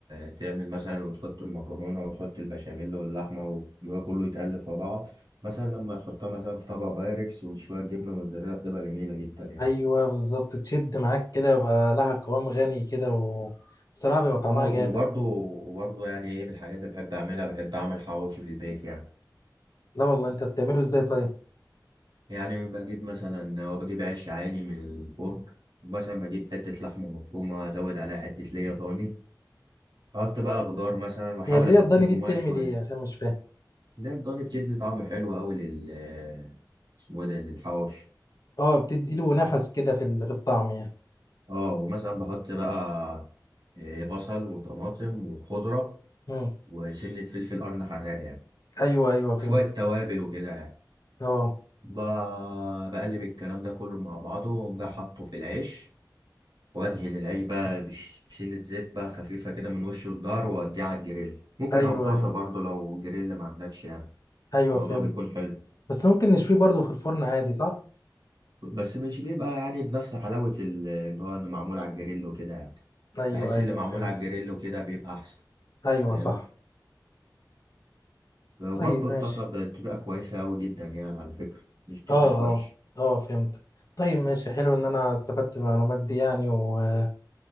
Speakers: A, on the right; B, on the left.
A: ت- تعمل مثلا وتحط المكرونه وتحط البشاميل واللحمه وده كله يتقلب في بعض مثلا لما تحطها مثلا في طبق بايركس وشويه جبنه موتزاريلا بتبقى جميله جدا يعني
B: ايوه بالظبط تشد معاك كده يبقى لها قوام غني كده وبصراحة بيبقى طعمها
A: اه وبرضه
B: جامد
A: وبرضه يعني ايه من الحاجات اللي بحب اعملها بحب اعمل حواوشي في البيت يعني
B: لا والله انت بتعمله ازاي طيب
A: يعني بجيب مثلا هو بجيب عيش عادي من الفرن مثلا بجيب حته لحمه مفرومه ازود عليها حته ليا ضاني احط بقى خضار مثلا واحاول
B: هي اللي
A: اصفيه
B: هي الضاني
A: من
B: دي
A: الميه
B: بتعمل
A: شويه
B: ايه عشان مش فاهم
A: لا الضاني بتدي طعم حلو قوي لل اسمه إيه ده للحواوشي
B: اه بتدي له نفس كده في ال- في الطعم يعني
A: اه ومثلا بحط بقى آه، بصل وطماطم وخضرة
B: مم.
A: وسنة فلفل قرن حراق يعني
B: ايوه ايوه فهمت
A: شوية توابل وكده يعني
B: اه
A: ب- بقلب الكلام ده كله مع بعضه وأقوم جاي حاطه في العيش وأدهن العيش بقى بش- بسنة زيت بقى خفيفة كده من وش الظهر وأوديه على الجريل ممكن
B: ايوه
A: أو طاسة
B: ايوه
A: برضه لو جريل ما عندكش يعني
B: ايوه
A: الموضوع
B: فهمت
A: بيكون حلو
B: بس ممكن نشويه برضه في الفرن عادي صح
A: بس مش بيبقى يعني بنفس حلاوة ال- اللي هو انه معمول على الجريل وكده يعني
B: ايوه
A: بحس
B: ايوه
A: اللي معمول
B: فهمت
A: على الجريل وكده بيبقى احسن
B: ايوه
A: فاهم
B: صح
A: وبرضه
B: طيب
A: الطاسة
B: ماشي
A: بتبقى كويسة أوي جدا يعني على فكرة مش بتبقاش
B: اه
A: وحش
B: اه اه فهمت طيب ماشي حلو ان انا استفدت من المعلومات دي يعني ويلا